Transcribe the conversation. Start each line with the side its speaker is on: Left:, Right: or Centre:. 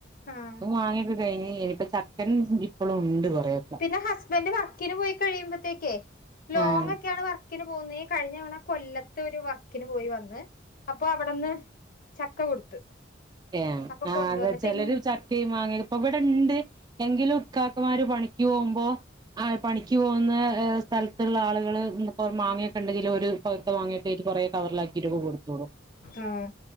Left: ആഹ്
Right: ഇപ്പ മാങ്ങഒക്കെകഴിഞ്ഞ് ഇനിയിപ്പ ചക്ക ഇപ്പളും ഉണ്ട് കൊറെയൊക്കെ
Left: പിന്നെ ഹസ്ബൻഡറ് വർക്കിന് പോയി കഴിയുമ്പോത്തേക്കേ ലോങ്
Right: ആഹ്
Left: ഒക്കെയാണ് വർക്ക് വർക്കിന് പോകുന്ന ഈകഴിഞ്ഞ തവണ കൊല്ലത്ത് ഒരു വർക്കിന് പോയി വന്ന് അപ്പൊ അവിടെന്ന് ചക്ക കൊടുത്ത്
Right: ഏഹ
Left: അപ്പൊ
Right: ആ
Left: കൊണ്ടുവന്ന്
Right: അത ചിലര്
Left: പിൻ
Right: ചക്കയും മാങ്ങയും ഇപ്പൊ ഇവിടെ ഒണ്ട് എങ്കിലും ഭർത്താക്കൻമാര് പണിക്ക് പോകുമ്പോ പണിക്ക് പോകുന്ന സ്ഥലത്തുള്ള ആളുകള് നമക്ക് മാങ്ങ ഒക്കെ ഉണ്ടെങ്കിൽ ഒരു പഴുത്ത മാങ്ങ ഒക്കെ കൊറേ കവറിലാക്കി കൊടുത്ത് വിടും
Left: ആഹ്